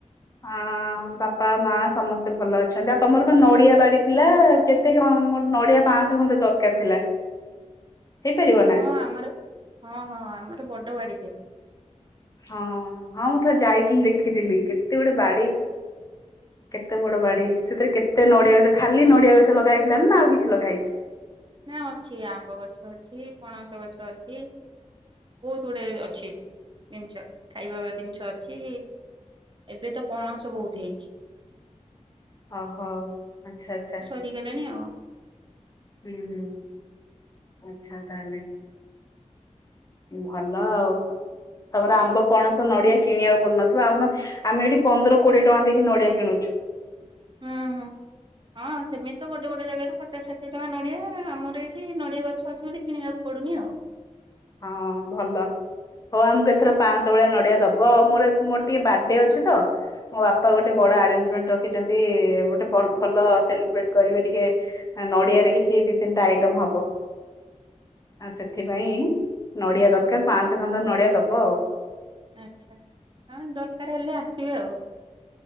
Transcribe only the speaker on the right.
ହଁ ଆମର ହଁ ହଁ ଆମର ବଡ଼ ବାଡ଼ିଟେ।
ଆଚ୍ଛା
ନାଇ ଅଛି ଆମ୍ବ ଗଛ ଅଛି ପଣସ ଗଛ ଅଛି। ବହୁତ ଗୁଡେ ଅଛି ଜିନଛ ଖାଇବା ଜିନଛ ଅଛି। ଏବେ ତ ପଣସ ବହୁତ ହେଇଛି।
ଠିକ୍ ହେଲାଣି ଆଉ
ହୁଁ ହୁଁ ହଁ ସେମିତି ତ ଗୋଟେ ଗୋଟେ ଜାଗାରେ ପଚାଶ ଷାଠିଏ ଟଙ୍କା ନଡିଆ ଆମର ଏଠି ନଡିଆ ଗଛ ଅଛି ବୋଲି କିଣିବାକୁ ପଡ଼ୁନି ଆଉ।
ଆଚ୍ଛା
ଆଚ୍ଛା ହଁ ଦରକାର ହେଲେ ଆସିବେ ଆଉ